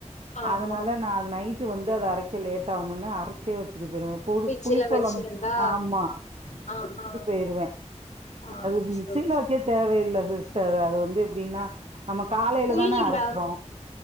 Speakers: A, on the left (about 70°); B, on the right (about 55°).
A: ஆமா
B: அதனால்தா நா அது நைட்டு வந் து அத அரைக்க லேட்டாவுமுன்னு அரச்சே வச் சுட்டு போயிருவே இப்ப ஒரு
A: ஃப்ரிட்ஜ்ல
B: புளிக்கொழம்
A: வச்சிருந்தா
B: ஆமா
A: ஆ
B: வச்
A: ஆ
B: சுருவே
A: ஆ
B: அது மிக்சில
A: சரி சரி
B: வக்க தேவயில்ல சி சிஸ்டர் அது வந்து எப்டினா நாம காலேல
A: புளியிலா
B: தான அரைக்கிறோ